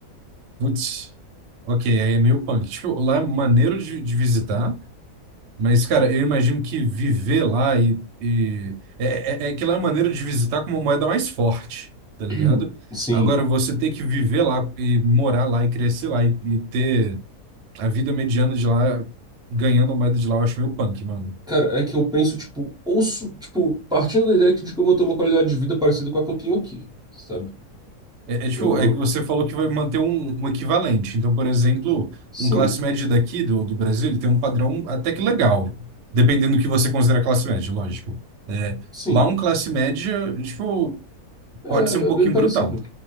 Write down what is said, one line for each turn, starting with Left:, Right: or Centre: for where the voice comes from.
Right: Putz. Ok, aí é meio punk. Tipo, lá é maneiro de, de visitar, mas, cara, eu imagino que viver lá e, e- É, é, é que lá é maneiro de visitar com uma moeda mais forte, tá ligado?
Centre: <clears throat> Sim.
Right: Agora, você ter que viver lá e morar lá e crescer lá e, e ter a vida mediana de lá ganhando a moeda de lá, eu acho meio punk, mano.
Centre: Cara, é que eu penso, tipo, ouço, tipo, partindo da ideia de que eu vou ter uma qualidade de vida parecida com a que eu tenho aqui, sabe?
Right: É, é tipo,
Centre: Eu,
Right: é
Centre: eu...
Right: que você falou que vai manter um, um equivalente. Então, por exemplo,
Centre: Sim,
Right: um classe média daqui do, do Brasil, ele tem um padrão até que legal, dependendo do que você considera classe média, lógico. É,
Centre: sim.
Right: lá um classe média, tipo,
Centre: É,
Right: pode ser um pouquinho
Centre: é bem parecido.
Right: brutal.